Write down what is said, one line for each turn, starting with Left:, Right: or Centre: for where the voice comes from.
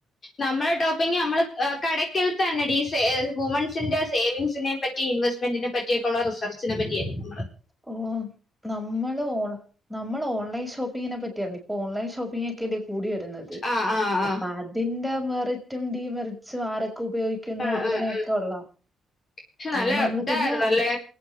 Left: നമ്മള ടോപ്പിങ് നമ്മൾ കടക്കൽ തന്നെ ഡീ വുമൻസിന്റെ സേവിങ്സിനെ പറ്റ് റ്റി ഇൻവസ്മെന്റിെനെ പറ്റിയൊക്കെയുള്ള റിസർച്ചിനെപ്പറ്റിയാരുന്നു
Centre: ഓ നമ്മള് ഓൺ നമ്മൾ ഓൺലൈൻ ഷോപ്പിംഗിനെ പറ്റിയരുന്നു ഇപ്പൊ ഓൺലൈൻ ഷോപ്പിംഗൊക്കെയല്ലേ കൂടി വരുന്നത്
Left: ആ ആ ആ
Centre: അപ്പ അത ഇതിന്റെ മെറിറ്റും ഡീമെറിറ്റ്സും ആരൊക്കെ ഉപയോഗിക്കു ക്കുന്നു
Left: ആ
Centre: അങ്ങനെക്കെ
Left: ആ ആ
Centre: ഉള്ള
Left: പക്ഷെ
Centre: കാരണം
Left: നല്ല
Centre: നമ്മള്
Left: ഇതായിരുന്നല്ലേ
Centre: പിന്നെ